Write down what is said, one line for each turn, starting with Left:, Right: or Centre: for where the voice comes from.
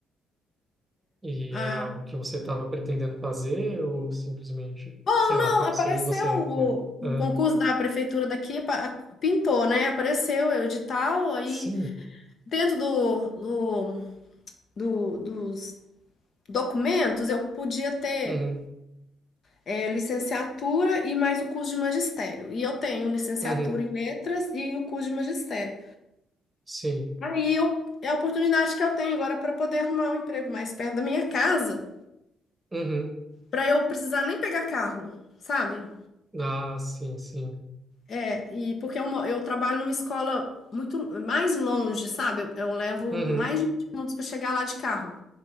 Right: E
Left: Ah,
Right: é algo que você estava pretendendo fazer ou simplesmente,
Left: bom,
Right: sei
Left: não,
Right: lá, aconteceu
Left: apareceu
Right: e você...
Left: o,
Right: É.
Left: o
Right: aham,
Left: concurso da prefeitura daqui, pa- pintou, né? Apareceu o edital, aí
Right: Sim,
Left: dentro do, do, do- dos documentos eu podia ter
Right: uhum,
Left: é, licenciatura e mais o curso de magistério. E eu tenho licenciatura
Right: uhum,
Left: em letras e o curso de magistério.
Right: sim,
Left: Aí eu, é a oportunidade que eu tenho agora para poder arrumar um emprego mais perto da minha casa,
Right: uhum.
Left: para eu precisar nem pegar carro, sabe?
Right: Ah, sim, sim,
Left: É, E porque eu, mo- eu trabalho numa escola muito mais longe, sabe? Eu, eu levo
Right: uhum,
Left: mais de 20 minutos para chegar lá de carro.